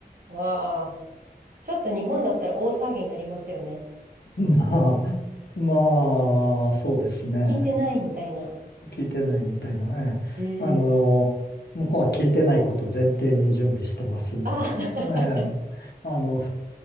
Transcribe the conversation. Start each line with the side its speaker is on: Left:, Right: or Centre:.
Right: わあ、ちょっと日本だったら大騒ぎになりますよね。
Left: <laughs> まあ、まあ、そうですね。
Right: 聞いてないみたいな。
Left: 聞いてないみたいな、ええ。
Right: うーん。
Left: あの、向こうは聞いてないこと前提に準備してますんで、
Right: あ、<laughs>
Left: ええ。あの、